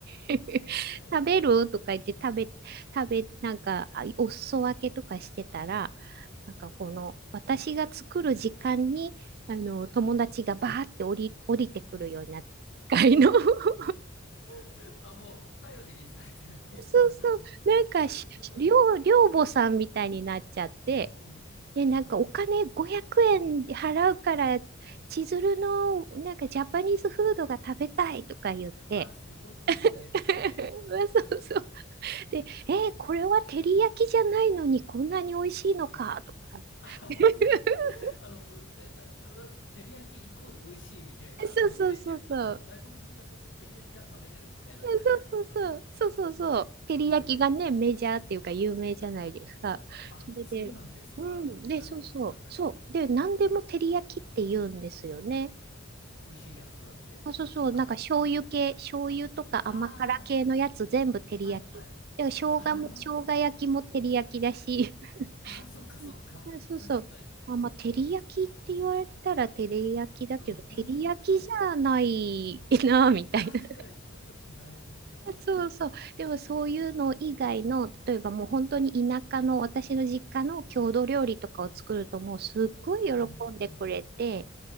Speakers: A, on the right (about 50°); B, on the left (about 65°).
A: <laughs>
B: ええ、
A: 食べるとか言って食べ、食べ、なんか、あお裾分けとかしてたら、なんかこの私が作る時間に、あの、友達がバーって降り、降りてくるようになって、一回の <laughs>
B: <laughs> あ、もう頼りにされてるっていうか、
A: そうそう、なんかし、
B: すごい。
A: 寮、
B: うん
A: 寮母さんみたいになっちゃって、
B: うんうん。
A: で、なんかお金500円払うから、千鶴のなんかジャパニーズフードが食べたいとか言って、
B: あ、すごくいいですね。
A: <laughs> まあそうそう。で、えーこれは照り焼きじゃないのにこんなに美味しいのかとか。
B: <laughs> あの、
A: <laughs>
B: あの、えな、な、なんつうか、照り焼きイコール美味しいみたいな、
A: そうそうそうそう。
B: もう定着が、あの、外国人がすると照り焼きは食べれるみたいな感じなのかな。
A: そうそうそう。そうそうそう。
B: あ、すごい。
A: 照り焼きがね、メジャーっていうか有名じゃないですか。
B: あ、
A: それで、
B: そうなんですか外国の方には。
A: うん。で、そうそう。そう。で、何でも照り焼きって言うんですよね。
B: 美味しいやつは全部て、
A: そうそうそう、
B: あ、
A: なんか醤油系、
B: 照り焼きみたいな。
A: 醤油とか甘辛系のやつ全部照り焼き。
B: ああ、はいはい。
A: でも生姜も、
B: あー
A: 生姜焼きも照り焼きだし。
B: あー、そっかそっか。
A: うんあそうそう。
B: 確かに。
A: まあまあ、照り焼きって言われたら照り焼きだけど、
B: うん。うん、
A: 照り焼きじゃないな、
B: 確かにそうですね。
A: みたいな。
B: 確かに、ちょっと違いますよね。
A: <laughs> そうそう。でもそういうの以外の、
B: うん
A: 例えばもう本当に田舎の私の実家の郷土料理とかを作るともうすっごい喜んでくれて、
B: うんうん。え